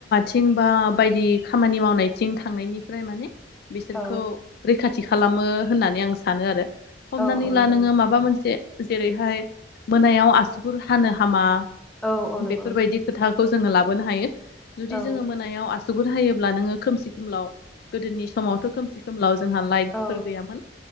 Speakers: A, on the left (about 60°); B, in the centre.
A: थिंबा बायदि खामानि मावनायथिं थांनायनिफ्राय माने बिसोरखौ
B: औ
A: रैखा थि खालामो होननानै आं सानो आरो हमनानै
B: औ औ नंगौ
A: ला नोङो
B: नोंथां
A: माबा
B: औ
A: मोनसे जेरैहाय मोनायाव आसुगुर हानो हामा
B: औ औ नंगौ
A: बेफोरबायदि
B: नोंथां
A: खोथा खौ जोङो लाबोनो हायो जुदि
B: औ
A: जोङो मोनायाव आस - गुर हायोब्ला नोङो खोमसि खोमलाव गोदोनि समावथ' खोमसि खोमलाव जोंहा लाइटफोर
B: औ
A: गैयामोन